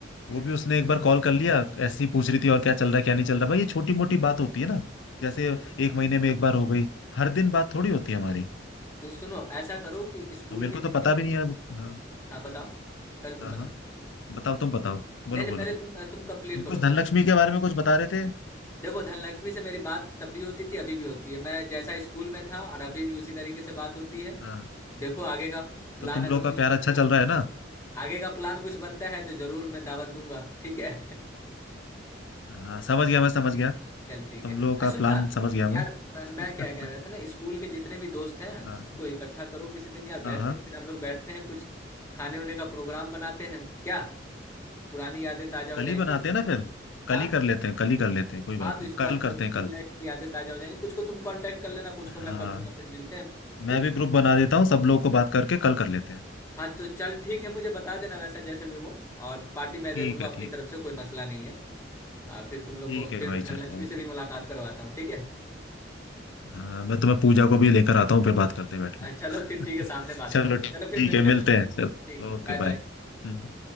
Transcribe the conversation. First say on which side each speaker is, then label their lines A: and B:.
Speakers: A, on the left (about 15°); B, on the left (about 85°).
A: हम्म
B: वो भी उसने एक बार कॉल कर लिया ऐसे ही पूछ रही थी और क्या चल रहा है क्या नहीं चल रहा भाई ये छोटी मोटी बात होती है ना जैसे एक महीने में एक बार हो गई हर दिन बात थोड़ी होती है हमारी
A: तो सुनो ऐसा करो कि स्कूल
B: और मेरे
A: के
B: को तो
A: जितने
B: पता
A: भी
B: भी
A: दोस्त
B: नहीं है अब- हाँ
A: हाँ बताओ पहले तुम
B: हाँ
A: बताओ
B: हाँ बताओ तुम बताओ बोलो
A: नहीं नहीं
B: बोलो
A: पहले
B: तुम
A: तुम तुम कंप्लीट करो
B: कुछ धनलक्ष्मी
A: पहले
B: के बारे में कुछ बता रहे थे
A: देखो धनलक्ष्मी से मेरी बात तब भी होती थी अभी भी होती है मैं जैसा स्कूल में था और अभी भी उसी तरीके से बात होती है
B: हाँ
A: देखो आगे का प्लान
B: तो तुम
A: अगर
B: लोग का
A: कुछ
B: प्यार
A: बनता
B: अच्छा
A: है
B: चल रहा है ना
A: आगे का प्लान कुछ बनता है तो जरूर मैं दावत दूंगा ठीक है
B: हाँ समझ गया मैं समझ गया
A: चल ठीक
B: तुम
A: है अरे
B: लोगों का
A: सुन
B: प्लान
A: ना
B: समझ गया
A: यार
B: मैं
A: ब- मैं क्या कह रहा
B: <laughs>
A: था ना स्कूल के जितने भी दोस्त हैं
B: हाँ
A: सबको इकट्ठा करो किसी दिन यार बैठ
B: हाँ हाँ
A: के फिर हम लोग बैठते हैं कुछ खाने उने का प्रोग्राम बनाते हैं क्या पुरानी यादें ताजा हो
B: कल
A: जाएंगी
B: ही बनाते हैं ना फिर कल
A: हाँ
B: ही कर लेते हैं कल ही कर लेते हैं कोई बात
A: हाँ तो
B: नहीं
A: स्कूल
B: कल करते
A: स्कूल
B: हैं कल
A: लाइफ की यादें ताजा हो जाएंगी कुछ को तुम कांटेक्ट कर लेना कुछ को
B: हाँ
A: मैं कर लूंगा फिर मिलते हैं
B: मैं
A: ठीक
B: भी
A: है
B: ग्रुप बना देता हूँ सब लोग को बात करके कल कर लेते हैं
A: हाँ तो चल ठीक है मुझे बता देना वैसा जैसे भी हो और पार्टी मैं
B: ठीक
A: दे दूंगा
B: है
A: अपनी
B: ठीक
A: तरफ
B: है
A: से कोई मसला नहीं है हाँ, फिर तुम लोग
B: ठीक
A: को
B: है
A: फिर
B: भाई
A: धनलक्ष्मी
B: चलो ओके
A: से भी मुलाकात करवाता हूँ ठीक है
B: हाँ मैं तुम्हें पूजा को भी लेकर आता हूँ फिर बात करते हैं बैठ
A: हाँ चलो
B: के
A: फिर ठीक है सामने
B: <laughs>
A: बात
B: चलो
A: हो जाएगी चलो
B: ठीक
A: फिर मिलते
B: है मिलते
A: हैं
B: हैं चलो
A: ठीक है
B: ओके
A: बाय
B: बाय
A: बाय
B: हम्म